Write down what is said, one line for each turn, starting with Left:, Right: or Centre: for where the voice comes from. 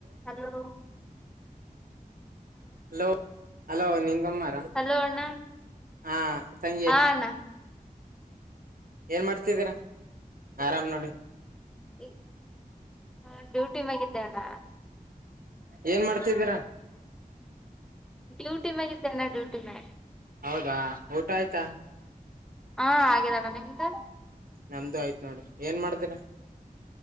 Centre: Hello
Right: hello hello ನಿಂಗಮ್ಮಾರಾ
Centre: hello ಅಣ್ಣ
Right: ಹಾ ಸಂಜಯ್
Centre: ಹಾ ಅಣ್ಣ
Right: ಏನ್ ಮಾಡ್ತಿದೀರ ಆರಾಮ್ ನೋಡಿ
Centre: ಈ ಹ ಡ್ಯೂಟಿ ಮ್ಯಾಗಿದ್ದೇ ಅಣ್ಣ
Right: ಏನ್ ಮಾಡ್ತಿದ್ದೀರಾ?
Centre: ಡ್ಯೂಟಿ ಮ್ಯಾಗಿದ್ದೆ ಅಣ್ಣ ಡ್ಯೂಟಿ ಮ್ಯಾಗ್.
Right: ಹೌದಾ? ಊಟಾಯ್ತಾ?
Centre: ಹಾ ಆಗ್ಯಾದಣ ನಿಮ್ದು?
Right: ನಮ್ದು ಆಯ್ತ್ ನೋಡಿ ಏನ್ ಮಾಡ್ದಿರ?